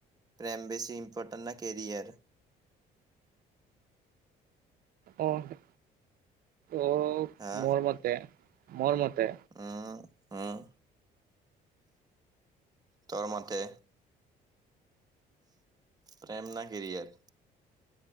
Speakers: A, on the right; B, on the right.
A: প্ৰেম বেছি ইম্পৰটেন্ট ন কেৰিয়াৰ?
B: অ', অ',
A: হা
B: মোৰ মতে মোৰ মতে
A: উম উম, তোৰ মতে? প্ৰেম ন কেৰিয়াৰ?